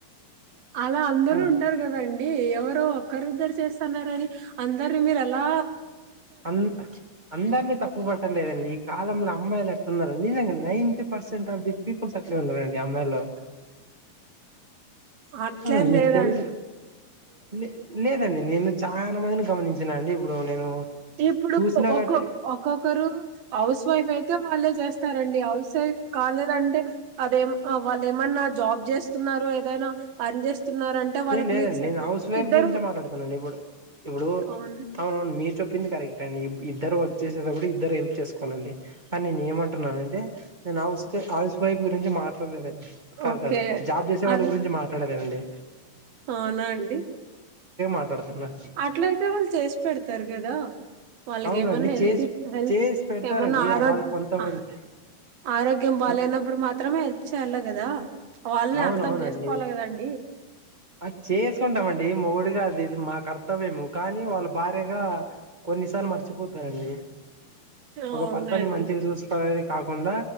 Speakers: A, on the right; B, on the right.
A: అలా అందరూ
B: ఆ
A: ఉండరు కదండి ఎవరో ఒక్కరిద్దరు చేస్తన్నరని అందరు మీరు అలా
B: అం అందరినీ తప్పు పట్ట లేదండి కాలంలో అమ్మాయిలు ఎట్లా ఉన్నారండి నిజంగా ninety percent of the peoples అట్లే ఉన్నారండి అమ్మాయిల్లో
A: అట్లేం
B: అవునండి మీకు
A: లేదం
B: తెలు లే లేదండి నేను చాలా మందిని గమనించిన అండి ఇప్పుడు నేను
A: ఇప్పుడు
B: చూసినా
A: ఒకొ
B: గట్టి
A: ఒక్కొక్కరు హౌస్ వైఫ్ అయితే వాళ్ళే చేస్తారండి హౌస్ వైఫ్ కాలేదంటే అదేం వాళ్ళ ఏమన్ జాబ్ చేస్తున్నారు ఏదైనా అర్న్ చేస్తున్నారు అంటే వాళ్ళకి
B: ఏం లేదండి
A: మీరు స
B: నేను హౌస్ వైఫ్
A: ఇద్దరు
B: గురించే మాట్లాడుతున్నాను ఇప్పుడు ఇప్పుడు
A: అవును
B: అవునవును మీరు చెప్ చెప్పింది కరెక్ట్ అండి ఇద్దరు వర్క్ చేసేటప్పుడు ఇద్దరు హెల్ప్ చేసుకోవాలండి కాని నేను ఏమంటున్నాను అంటే నేను హౌస్ హౌస్ వైఫ గురించి మాట్లాడలేదండి కాదు
A: ఓకే
B: కాదు జాబ్ చేసే వాళ్ళ
A: అల్
B: గురించి మాట్ రండి
A: అవునా అండి
B: మాట్లాడుతున్నా
A: అట్లయితే వాళ్ళు చేసి పెడతారు కదా వాళ్ళకి
B: అవునండి
A: ఏమన్నా హెల్త్
B: చేసి
A: హెల్త్
B: చేసి పెడతారండి
A: ఏమన్నా ఆరోగ్
B: వాళ్ళు కొంతమంది
A: ఆ ఆరోగ్యం బాలేనప్పుడు
B: కొన్-
A: మాత్రమే హెల్ప్ చేయాల కదా వాళ్ళని
B: అవునవునండి
A: అర్థం చేసుకోవాలి కదండి
B: అది చేసుకుంటామండి మొగుడిగా అది ఇ మా కర్తవ్యము కానీ వాళ్ళు భార్యగా కొన్నిసార్లు మర్చిపోతారండి
A: అవునండి
B: ఒక భర్తని మంచిగా చూసుకోవాలని కాకుండా